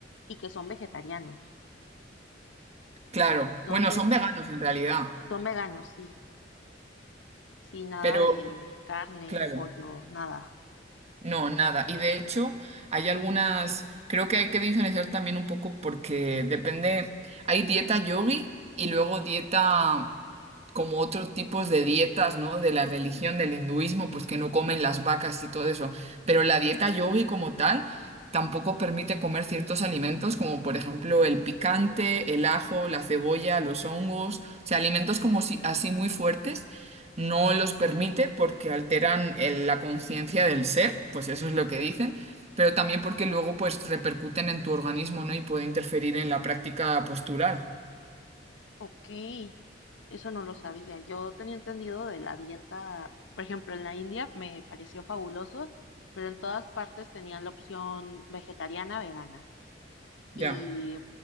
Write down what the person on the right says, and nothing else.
Claro,
bueno, son veganos en realidad,
pero
claro.
No, nada. Y de hecho, hay algunas, creo que hay que diferenciar también un poco porque depende, hay dieta yogui y luego dieta como otros tipos de dietas, ¿no? De la religión, del hinduismo, pues que no comen las vacas y todo eso. Pero la dieta yogui como tal tampoco permite comer ciertos alimentos como por ejemplo el picante, el ajo, la cebolla, los hongos, o sea, alimentos como si, así muy fuertes no los permite porque alteran el- la conciencia del ser, pues eso es lo que dicen, pero también porque luego pues repercuten en tu organismo, ¿no? Y puede interferir en la práctica postural.
Ya,